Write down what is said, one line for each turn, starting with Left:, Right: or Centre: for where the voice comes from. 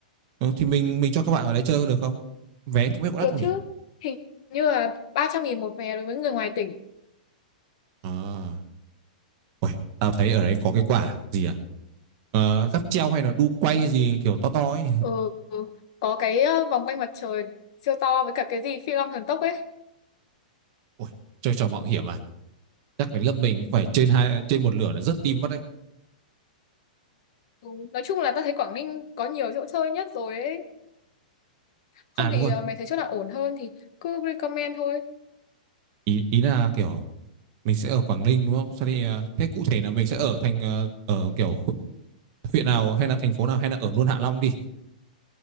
Right: ờ, thì mình mình cho các bạn ở đấy chơi có được không? Vé không biết có đắt
Left: Được
Right: không
Left: chứ?
Right: nhỉ?
Left: Hình như là ba trăm nghìn một vé đối với người ngoài tỉnh.
Right: À, uầy, tao thấy ở đấy có cái quả gì à? Ờ, cáp treo hay là đu quay gì kiểu to to ấy
Left: Ừ, có cái uh, vòng quanh mặt trời siêu to với cả cái gì Phi Long thần tốc ấy.
Right: Ôi, chơi trò mạo hiểm à? Chắc phải lớp mình cũng phải trên hai trên một lửa là rất tim mất đấy.
Left: Ừ, nói chung là ta thấy Quảng Ninh có nhiều chỗ chơi nhất rồi ấy. Không
Right: À đúng
Left: thì
Right: rồi.
Left: uh, mày thấy chỗ nào ổn hơn thì cứ recommend thôi.
Right: Ý ý là kiểu mình sẽ ở Quảng Ninh đúng không? Sao thì à, thế cụ thể là mình sẽ ở thành ờ, ở kiểu huyện nào hay là thành phố nào hay là ở luôn Hạ Long đi.